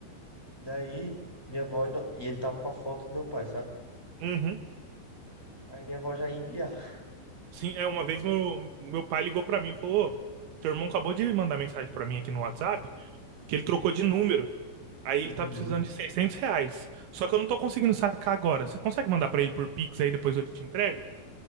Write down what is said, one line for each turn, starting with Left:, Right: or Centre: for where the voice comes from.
Centre: Daí, minha avó. ido- E ele tava com a foto do meu pai, sabe?
Right: Uhum.
Centre: Aí minha avó já ia enviar.
Right: Sim, é, uma vez meu, meu pai ligou pra mim e falou: "Ô, Teu irmão acabou de mandar mensagem pra mim aqui no WhatsApp. que ele trocou de número. Aí
Centre: Uhum.
Right: ele tá precisando de 600 reais. Só que eu não tô conseguindo sacar agora. Você consegue mandar pra ele por Pix aí depois eu te entrego?